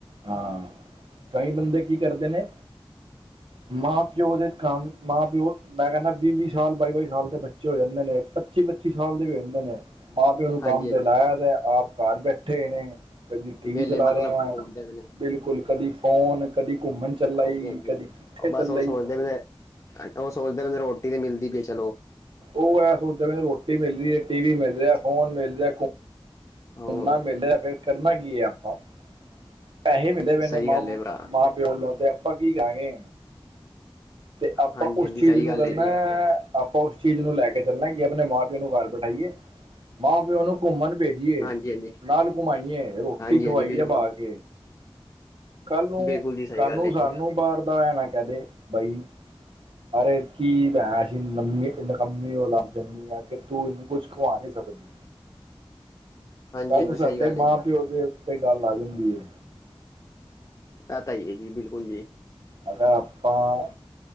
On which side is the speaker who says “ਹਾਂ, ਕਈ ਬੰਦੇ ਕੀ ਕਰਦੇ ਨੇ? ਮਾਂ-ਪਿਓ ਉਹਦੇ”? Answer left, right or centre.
Right